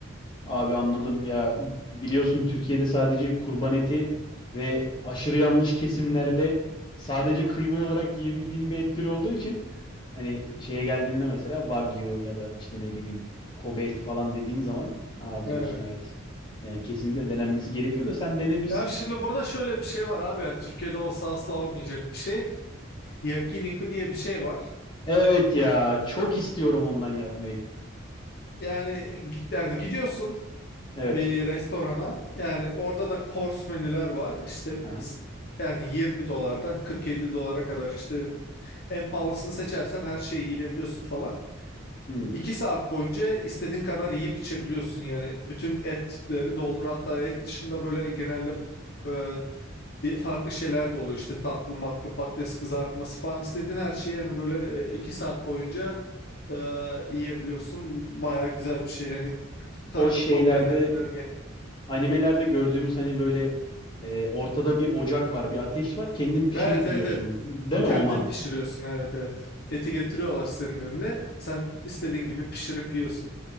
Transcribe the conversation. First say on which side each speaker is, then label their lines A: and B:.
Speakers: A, on the left; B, on the left.
A: Abi anladım ya biliyorsun Türkiye'de sadece kurban eti ve aşırı yanlış kesimlerle sadece kıyma olarak yiyebildiğin bir et türü olduğu için hani şeye geldiğinde mesela Wagyu ya da işte ne bileyim Kobe eti falan dediğin zaman aa
B: He.
A: diyorsun evet. Yani kesinlikle denenmesi gerekiyor da sen denemişsin.
B: Ya şimdi burada şöyle bir şey var abi yani Türkiye'de olsa asla olmayacak bir şey. Yakiniku diye bir şey var.
A: Evet ya çok istiyorum ondan yapmayı.
B: Yani gi- yani gidiyorsun
A: Evet.
B: bir restorana yani orada da kors menüler var işte
A: Aha.
B: s- yani 20 dolardan 40-50 dolara kadar işte en pahalısını seçersen her şeyi yiyebiliyorsun falan.
A: Hmm.
B: 2 saat boyunca istediğin kadar yiyip içebiliyorsun yani bütün etleri doldur hatta et dışında böyle genelde e, di- farklı şeyler de oluyor işte tatlı matlı patates kızartması falan istediğin her şeyi yani böyle e, 2 saat boyunca e, yiyebiliyorsun baya güzel bir şey yani karnın
A: O şeylerde
B: patlayana kadar
A: animelerde gördüğümüz hani böyle e, ortada bir ocak var, bir ateş var. Kendin pişirip
B: Evet
A: yiyorsun.
B: evet evet.
A: Değil mi
B: Kendin
A: o mantık?
B: pişiriyorsun evet evet. Eti getiriyorlar senin önüne. Sen istediğin gibi pişirip yiyorsun.